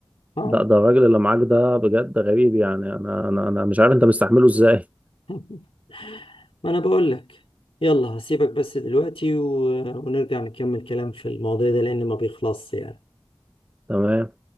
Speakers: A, on the left; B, on the right.
A: اه
B: لا ده الراجل اللي معاك ده بجد غريب يعني انا انا انا مش عارف انت مستحمله ازاي
A: <laughs> ما انا بقول لك يلا هسيبك بس دلوقتي و... ونرجع نكمل كلام في المواضيع ده لان ما بيخلصش يعني
B: تمام